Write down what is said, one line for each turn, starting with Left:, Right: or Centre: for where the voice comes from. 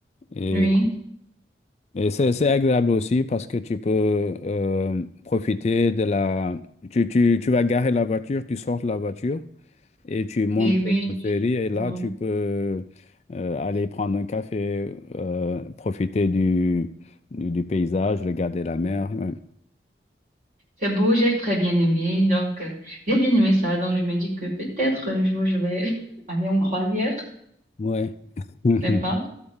Left: Et,
Right: Oui.
Left: et c'est c'est agréable aussi parce que tu peux euh, profiter de la... Tu, tu, tu vas garer la voiture, tu sors de la voiture et tu montes
Right: Et
Left: dans
Right: oui.
Left: le ferry et là,
Right: bon.
Left: tu peux euh, aller prendre un café, euh, profiter du, du, du paysage, regarder la mer. ouais.
Right: C'est beau, j'ai très bien aimé. Donc, euh, j'ai bien aimé ça. Donc, je me dis que peut-être un jour, je vais <laughs> aller en croisière.
Left: Ouais. <laughs>
Right: Je sais pas.